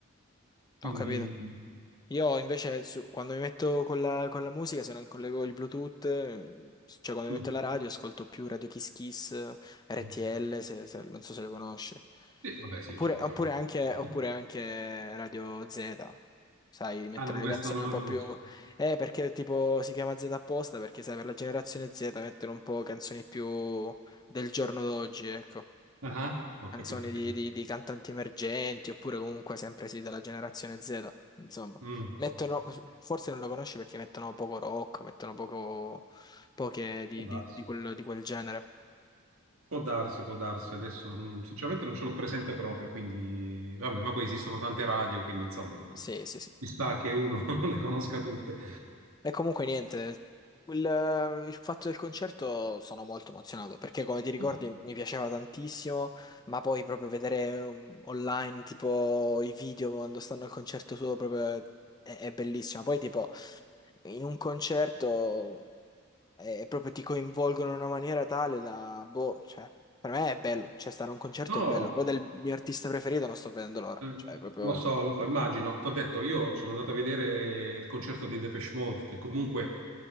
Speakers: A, on the right; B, on the left.
A: quindi...
B: ho capito. Io invece su- quando mi metto con la, con la musica, se non collego il Bluetooth, eh, cioè quando
A: mm,
B: mi metto la radio, ascolto più Radio Kiss Kiss, RTL,
A: mm.
B: se- se- non so se le conosci.
A: Sì, vabbè sì,
B: Oppure,
A: certo.
B: oppure anche,
A: <laughs>
B: oppure anche Radio Z. Sai, mettono
A: Ah no,
B: le
A: questa
B: canzoni
A: non
B: un
A: la
B: po'
A: conosco.
B: più... Eh, perché tipo si chiama Z apposta, perché sai, per la generazione Z mettono un po' canzoni più del giorno d'oggi, ecco
A: Ah, ah, ho
B: canzoni
A: capito, ho
B: di,
A: capito.
B: di- di cantanti emergenti oppure comunque sempre sì della generazione Z, insomma.
A: Mm,
B: Mettono, forse non lo conosci perché mettono poco rock, mettono poco, poche di,
A: può darsi,
B: di- di quello- di quel genere.
A: può darsi, può darsi. Adesso mm, sinceramente non ce l'ho presente proprio, quindi vabbè, ma poi esistono tante radio, quindi insomma,
B: Sì,
A: mm,
B: sì, sì.
A: ci sta che uno <laughs> non le conosca tutte.
B: E comunque niente, il, il fatto del concerto sono molto emozionato perché come ti ricordi
A: Mm.
B: mi piaceva tantissimo, ma poi proprio vedere um, online tipo i video quando stanno al concerto suo proprio è, è bellissimo. Poi tipo in un concerto è, proprio ti coinvolgono in una maniera tale da, boh, cioè per me è bello, cioè stare a un concerto
A: No,
B: è bello. Poi del mio artista preferito non sto vedendo l'ora,
A: Eh,
B: cioè proprio...
A: Lo so, lo so, immagino. T'ho detto, io sono andato a vedere il concerto di Depeche Mode, che comunque